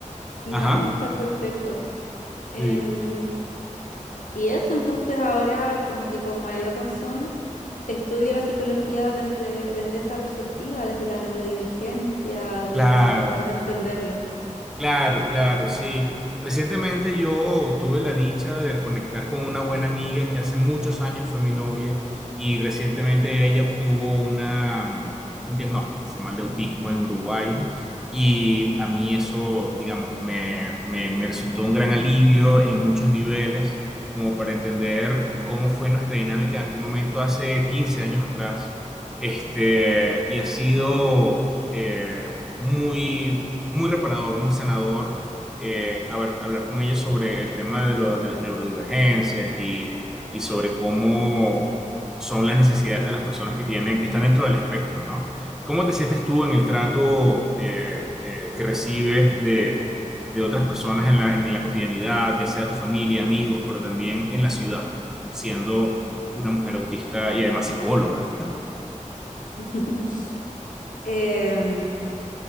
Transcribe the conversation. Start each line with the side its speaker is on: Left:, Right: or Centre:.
Left: no,
Centre: Ajá.
Left: está perfecto. Em,
Centre: Sí.
Left: y eso entonces ahora como que con mayor razón estudio la psicología desde, desde esa perspectiva, desde la neurodivergencia, desde
Centre: Claro,
Left: tratar de entenderlo.
Centre: claro, claro, sí. Recientemente yo tuve la dicha de reconectar con una buena amiga que hace muchos años fue mi novia y recientemente ella obtuvo una, mm, un diagnóstico formal de autismo en Uruguay y a mí eso, digamos, me, me, me resultó un gran alivio en muchos niveles, como para entender cómo fue nuestra dinámica en aquel momento hace 15 años atrás. Este, y ha sido... eh, muy muy reparador, muy sanador, eh, a ver, hablar con ella sobre el tema de, lo- de las neurodivergencias y, y sobre cómo son las necesidades de las personas que tienen, que están dentro del espectro, ¿no? ¿Cómo te sientes tú en el trato eh, eh, que recibes de, de otras personas en la, en la cotidianidad, ya sea tu familia, amigos, pero también en la ciudad, siendo una mujer autista y además psicóloga?
Left: <laughs> Em,